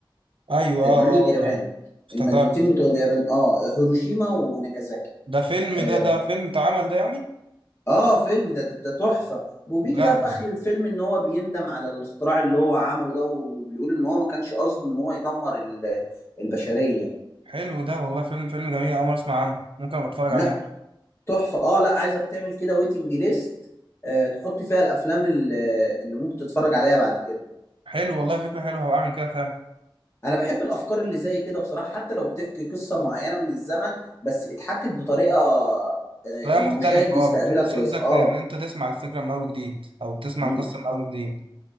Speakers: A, on the right; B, on the left.
A: ايوه
B: اليابان
A: اه آه، آه. افتكرت
B: المدينتين بتوع اليابان اه هيروشيما وناكازاكي
A: ده فيلم
B: آه،
A: ده ده فيلم اتعمل ده يعني
B: اه فيلم ده ده, ده تحفة وبيجي
A: بجد
B: بقى في اخر الفيلم ان هو بيندم على الاختراع اللي هو عمله ده وبيقول ان هو ما كانش قصده ان هو يدمر ال- البشرية
A: حلو ده والله فيلم فيلم جميل أول مرة أسمع عنه ممكن أبقى أتفرج
B: لا
A: عليه
B: تحفة اه لا عايزك تعمل كده ويتنج ليست آه تحط فيها الافلام ال- اللي ممكن تتفرج عليها بعد كده
A: حلو والله فكرة حلوة هبقى أعمل كده فعلا
B: انا بحب الافكار اللي زي كده بصراحة حتى لو بتحكي قصة معينة من الزمن بس اتحكت بطريقة آه
A: طريقة
B: المشاهد
A: مختلفة أه
B: يستقبلها
A: بت- بتشدك
B: كويسة اه
A: إن أنت تسمع الفكرة من أول وجديد أو تسمع
B: مم.
A: القصة من أول وجديد